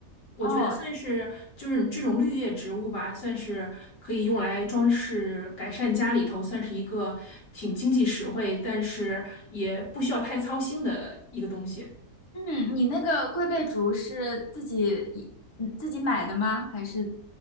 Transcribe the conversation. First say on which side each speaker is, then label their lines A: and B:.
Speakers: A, on the left; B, on the left.
A: 我觉得算是就是这种绿叶植物吧，
B: 哦，
A: 算是可以用来装饰、改善家里头，算是一个挺经济实惠，但是也不需要太操心的一个东西。
B: 嗯，你那个龟背竹是自己嗯自己买的吗？还是